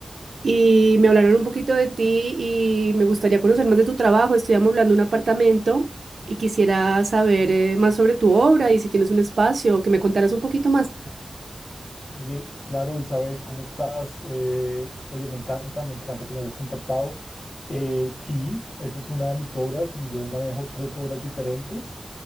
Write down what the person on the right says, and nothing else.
y me hablaron un poquito de ti y me gustaría conocer más de tu trabajo. Estoy amoblando un apartamento y quisiera saber eh, más sobre tu obra y si tienes un espacio, que me contaras un poquito más.